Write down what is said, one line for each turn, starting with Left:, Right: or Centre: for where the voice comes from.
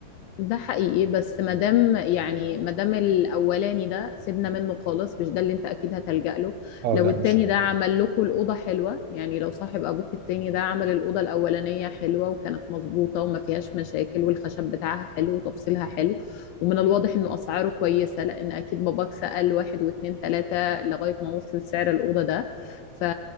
Left: ده حقيقي بس مادام يعني مادام الاولاني ده سيبنا منه خالص مش ده اللي انت اكيد هتلجأ له
Right: اه
Left: لو
Right: لا
Left: التاني
Right: مش هو
Left: ده عمل لكم الاوضه حلوه يعني لو صاحب ابوك التاني ده عمل الاوضه الاولانيه حلوه وكانت مظبوطه وما فيهاش مشاكل والخشب بتاعها حلو وتفصيلها حلو ومن الواضح انه اسعاره كويسه لان اكيد باباك سأل واحد واتنين تلاته لغايه ما وصل سعر الاوضه ده ف...